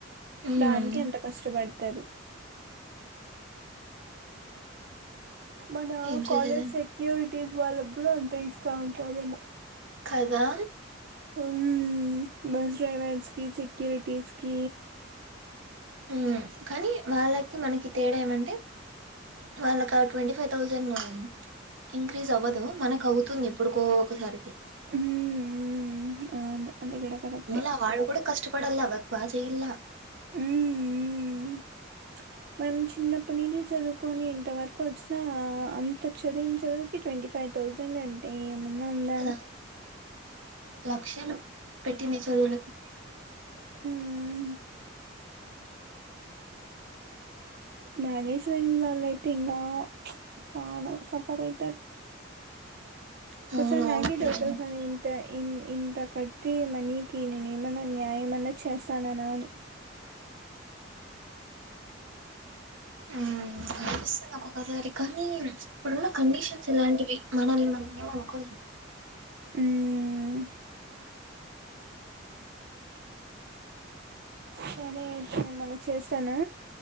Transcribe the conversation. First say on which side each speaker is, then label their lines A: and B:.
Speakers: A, on the right; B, on the right.
A: ఉమ్,
B: దానికి ఎంత కష్టపడి తదు మన
A: ఏం చేసేదాన్ని
B: కాలేజ్ సెక్యూరిటీస్ వాళ్ల్కగూడ అంతే ఇస్తా ఉంటాదేమో
A: కదా
B: మ్మ్ బస్ డ్రైవర్స్కి సేక్యురిటీస్కి
A: <unintelligible> కానీ వాళ్ళకి మనకి తేడా ఏమంటే వాళ్ళకా ఆట్వంటీ ఫైవ్ థౌజండ్ ఇంక్రీజ్ అవ్వదు మనకు అవుతుంది ఎప్పుడుకో ఒకసారికి
B: హ్మ్ హ్మ్ అవును అది కూడా కరెక్టే
A: మల్ల వాడు కూడా కష్టం ఇప్పడలా వర్క్ బా చేయ్యాలా
B: మ్మ్ మ్మ్ మనం చిన్నప్పటి నుంచి చదువ్ కొన్ని ఇంత వరకు వచ్చినా అంత చదివిన చదువుకి ట్వంటీ ఫైవ్ థౌజండ్ అంటే నిన్నా అన్లా
A: కదా లక్షలు పెట్టింది చదువులకి
B: మ్మ్ మానేజ్మెంట్ వాలైతే ఇంకా ప్చ్ చాలా సఫర్ అయితారు ఒకోసారి
A: అవునవును
B: నాగే
A: నిజమే
B: డౌట్ వస్తాది ఇంత ఇన్ ఇంతకట్టి ఉన్నా నీకి నేను ఏమన్నా న్యాయంమన్నా చేస్తాన్నానా అని
A: ఆ ఆ పస్ నాకు ఒకసారి కానీ ఇప్పుడు కండిషన్స్ ఇలాంటివి మనల్ని మనం ఏం అనుకోలేం
B: ఊమ్ సరే అయితే నేను మళ్ళీ చేస్తాను